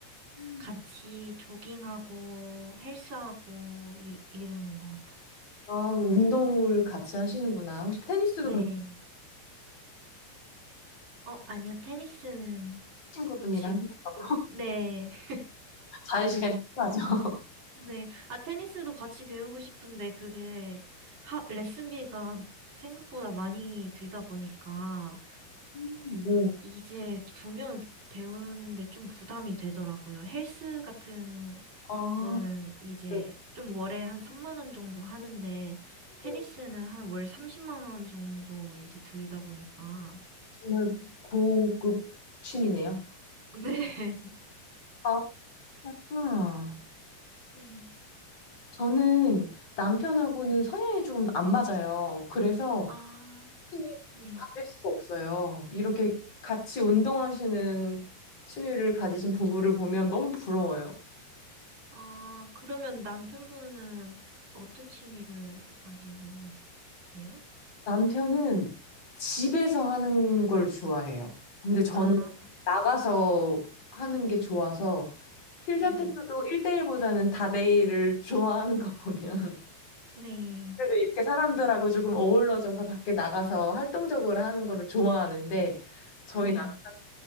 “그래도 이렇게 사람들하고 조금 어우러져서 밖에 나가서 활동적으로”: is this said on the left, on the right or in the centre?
Left